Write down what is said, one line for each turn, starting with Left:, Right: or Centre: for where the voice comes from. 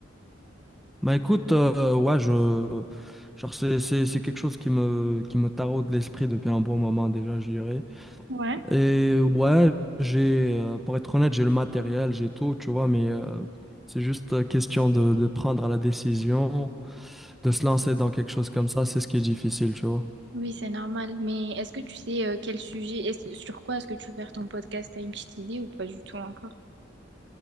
Centre: Bah écoute, euh, ouais, je, genre c'est, c'est, c'est quelque chose qui me, qui me taraude l'esprit depuis un bon moment déjà, je dirais.
Right: Ouais.
Centre: Et ouais, j'ai, euh, pour être honnête, j'ai le matériel, j'ai tout, tu vois, mais euh, c'est juste euh, question de, de prendre la décision, de se lancer dans quelque chose comme ça, c'est ce qui est difficile, tu vois.
Right: Oui, c'est normal. Mais est-ce que tu sais euh, quel sujet, est-ce- sur quoi est-ce que tu veux faire ton podcast? T'as une petite idée ou pas du tout encore?